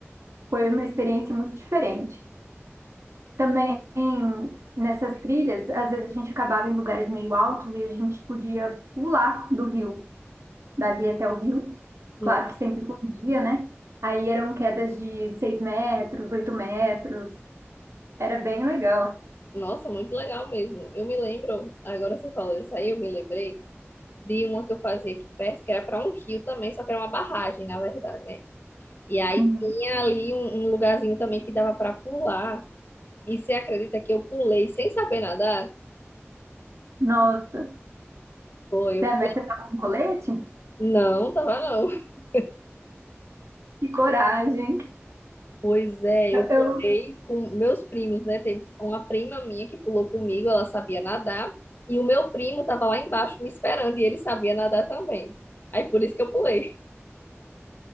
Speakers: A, on the right; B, on the left.
A: Foi uma experiência muito diferente. Também nessas trilhas, às vezes a gente acabava em lugares meio altos e a gente podia pular do rio, dali até o rio, claro
B: No-
A: que sempre com guia, né? Aí eram quedas de 6 metros, 8 metros, era bem legal.
B: Nossa, muito legal mesmo. Eu me lembro, agora você falou isso aí, eu me lembrei. de uma que eu fazia aqui perto, que era para um rio também, só que era uma barragem, na verdade, né? E aí
A: Uhum.
B: tinha ali um, um lugarzinho também que dava para pular. E você acredita que eu pulei sem saber nadar?
A: Nossa,
B: Foi, eu...
A: Dé, mas você tá com colete?
B: Não, tava não. <laughs>
A: Que coragem.
B: Pois é, eu
A: Eu,
B: pulei
A: eu-
B: com meus primos, né? Teve uma prima minha que pulou comigo, ela sabia nadar. E o meu primo tava lá embaixo me esperando e ele sabia nadar também. Aí por isso que eu pulei.